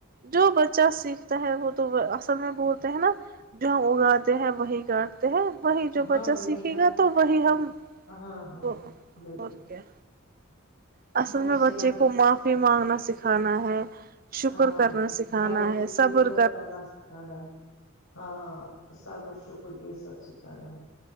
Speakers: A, on the right; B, on the left.
A: جو بچہ سیکھتا ہے وہ تو اصل میں بولتے ہیں نا جو ہم اگاتے ہیں وہی گ وہی جو
B: ہاں
A: بچہ
B: وہی
A: سیکھے
B: نا
A: گا تو وہی ہم
B: ہاں ہاں
A: وہ
B: ہاں بالکل
A: اور کیا اصل
B: اب
A: میں بچے
B: سنا
A: کو معافی مانگنا سکھانا ہے شکر
B: ہاں
A: کرنا سکھانا
B: بڑوں
A: ہے
B: کی
A: صبر
B: عزت کرنا سکھانا ہے ہاں صبر شکر یہ سب کھانا ہے